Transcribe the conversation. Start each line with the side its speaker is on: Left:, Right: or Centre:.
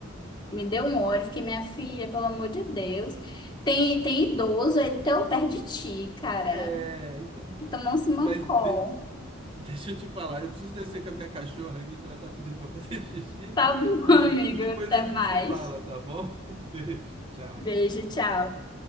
Left: Me deu um ódio, fiquei, minha filha, pelo amor de Deus. Tem, tem idoso aí tão perto de ti, cara.
Right: É, então,
Left: Então
Right: né?
Left: não se mancou.
Right: Mas de- <laughs> deixa eu te falar, eu preciso descer com a minha cachorra aqui, que ela tá pedindo para fazer <laughs> xixi,
Left: Tá bom,
Right: e,
Left: <laughs> amigo.
Right: e depois
Left: Até
Right: a
Left: mais.
Right: gente se fala, tá bom? <laughs> Um beijo, tchau.
Left: Beijo, tchau.